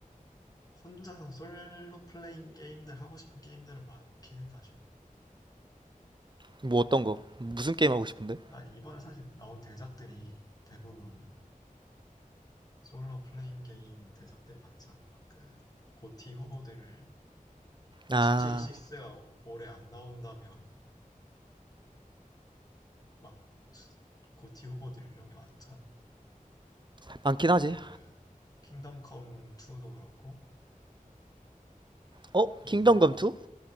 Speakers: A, on the left; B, on the right.
A: 혼자서 솔로 플레잉 게임들 하고 싶은 게임들은 많긴 해, 사실.
B: 뭐 어떤 거? 무슨 게임 하고 싶은데?
A: 아, 이번에 사실 나온 대작들이 대부분 솔로 플레잉 게임 대작들이 많지 않나. 그 고티 후보들을
B: 아
A: GTA 6가 올해 안 나온다면 막 고티 후보들 이런 게 많잖아.
B: 많긴 하지.
A: 그 킹덤 컴 2도 그렇고
B: 어?
A: 이번에
B: 킹덤 검
A: 나온
B: 2?